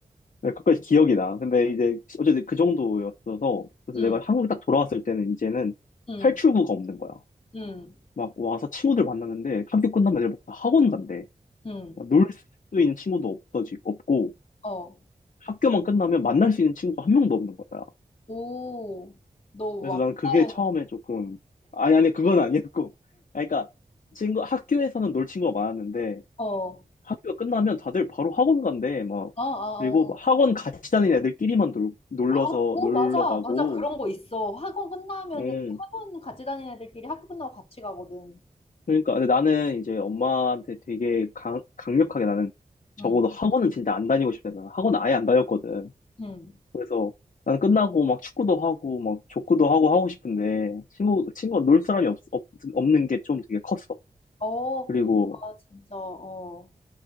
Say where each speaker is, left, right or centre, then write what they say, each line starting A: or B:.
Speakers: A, on the left; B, on the left.
A: 근데 그까지 기억이 나. 근데 이제, 어쨌든 그 정도였어서. 그래서
B: 음.
A: 내가 한국에 딱 돌아왔을 때는 이제는
B: 음.
A: 탈출구가 없는 거야.
B: 음.
A: 막 와서 친구들 만났는데 학교 끝나면 애들 막다 학원 간대.
B: 음.
A: 놀 수 있는 친구도 없어지, 없고,
B: 어,
A: 학교만 끝나면 만날 수 있는 친구가 한 명도 없는 거야.
B: 오, 너
A: 그래서
B: 왕따였,
A: 나는 그게 처음에 조금, 아니, 아니, 그건 아니었고. 아니, 그러니까, 친구, 학교에서는 놀 친구가 많았는데,
B: 어,
A: 학교가 끝나면 다들 바로 학원 간대, 막.
B: 아, 아,
A: 그리고
B: 어.
A: 막 학원 같이 다니는 애들끼리만 놀, 놀러서,
B: 아, 오,
A: 놀러
B: 맞아,
A: 가고,
B: 맞아. 그런 거 있어. 학원 끝나면은,
A: 음.
B: 학원 같이 다니는 애들끼리 학교 끝나고 같이 가거든.
A: 그러니까, 근데 나는 이제 엄마한테 되게 강, 강력하게 나는 적어도
B: 응,
A: 학원은 진짜 안 다니고 싶다. 나는 학원 아예 안 다녔거든.
B: 응.
A: 그래서 난 끝나고 막 축구도 하고 막 족구도 하고 하고 싶은데 친구 친구가 놀 사람이 없, 없 없는 게 좀 되게 컸어.
B: 어,
A: 그리고
B: 아, 진짜, 어.